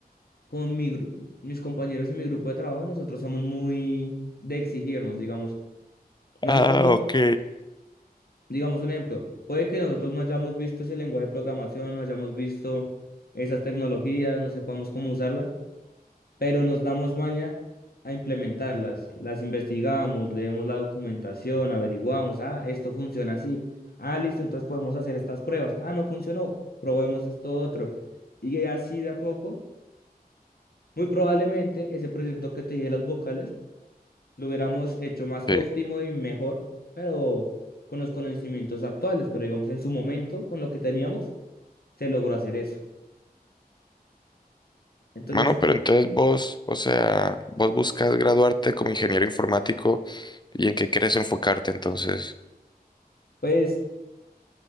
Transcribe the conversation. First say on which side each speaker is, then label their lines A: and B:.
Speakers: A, on the left (about 70°); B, on the left (about 30°).
A: con mi gru- mis compañeros y mi grupo de trabajo, nosotros somos muy de exigirnos, digamos. Nosotros,
B: Ah,
A: no-
B: ok.
A: digamos un ejemplo, puede que nosotros no hayamos visto ese lenguaje de programación, no hayamos visto esas tecnologías, no sepamos cómo usarlas, pero nos damos maña a implementarlas. Las investigamos, leemos la documentación, averiguamos, ah, esto funciona así. Ah, listo, entonces podemos hacer estas pruebas. Ah, no funcionó, probemos esto otro. Y así de a poco Muy probablemente ese proyecto que te dije de las vocales lo hubiéramos hecho más
B: Sí.
A: óptimo y mejor, pero con los conocimientos actuales, pero digamos en su momento, con lo que teníamos, se logró hacer eso. Entonces,
B: Mano, pero entonces vos, o sea, vos buscas graduarte como ingeniero informático y en qué quieres enfocarte entonces.
A: pues,